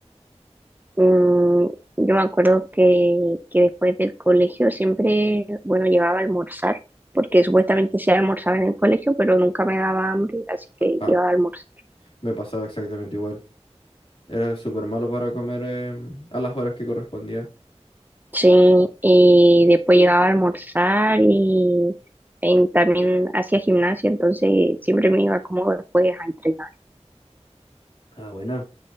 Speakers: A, on the right; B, on the left.
A: mm, yo me acuerdo que, que después del colegio siempre, bueno, llegaba a almorzar, porque supuestamente se almorzaba en el colegio, pero nunca me daba hambre, así que
B: Ah,
A: llegaba a almorzar.
B: me pasaba exactamente igual. Era súper malo para comer eh, a las horas que correspondía.
A: Sí, y después llegaba a almorzar y, en- también hacía gimnasia, entonces siempre me iba como después a entrenar.
B: Ah, buena.